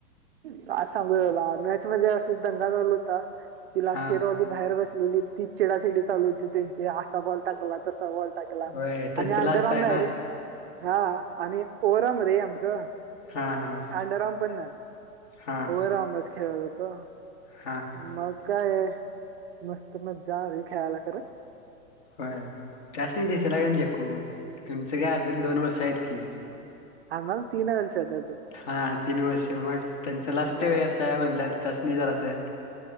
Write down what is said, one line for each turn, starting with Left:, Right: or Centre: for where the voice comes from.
Right: का सांगूलाला मॅच मध्ये असच, दंगा झालू होता. ती लास्ट
Left: हा
Right: इयर वाली बाहेर बस- ली ती चिडाशिडी चालु होती त्याचीअसा बॉल टाकला तसा बॉल- टाकला
Left: होय त्यांचं
Right: आणि
Left: लास्ट
Right: अंड रामनाय
Left: आहे ना
Right: रे- हा. आणि ओरम रे आमचं
Left: हा हा
Right: अंडरम पण नाय -
Left: हा हा
Right: ओवराउच खेळत होतो
Left: हा हा
Right: मग काय- मस्त मजा आली खेळायला खरं.
Left: होय त्यास नी दिश लागन झिकून, मग तुमच काय अजून दोन वर्ष आहेत की.
Right: आम्हाला तीन वर्षात अजून
Left: हा तीन वर्ष मगं- त्यांच लास्ट
Right: मग
Left: वया आहे म्हणलं त्यास नि जरा स. -